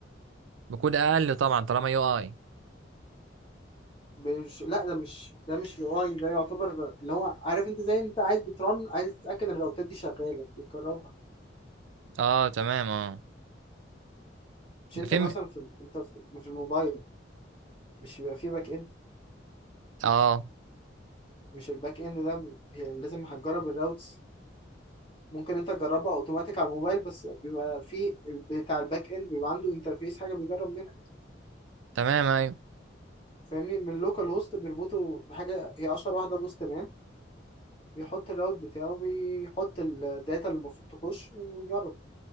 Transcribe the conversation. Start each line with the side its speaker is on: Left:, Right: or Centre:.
Right: بكود اقل طبعا طالما يو اي
Left: مش لا ده مش ده مش يو اي ده يعتبر اللي هو عارف انت زي انت عايز بترن عايز تتاكد ان الراوتات دي شغاله بتجربها
Right: اه تمام اه
Left: مش
Right: ده
Left: انت
Right: في
Left: مثلا
Right: م-
Left: في ال- انت في في الموبايل مش بيبقى فيه باك اند
Right: اه
Left: مش الباك اند ده بي- لازم هتجرب الراوتس ممكن انت تجربها اوتوماتيك على الموبايل بس بيبقى فيه ال- بتاع الباك اند بيبقى عنده انترفيس حاجه بيجرب منها
Right: تمام ايوه
Left: فاهمني من اللوكال هوست بيربطه بحاجة هي أشهر واحدة بوست مان بيحط الراوت بتاعه بيحط الداتا اللي المفروض تخش ويجرب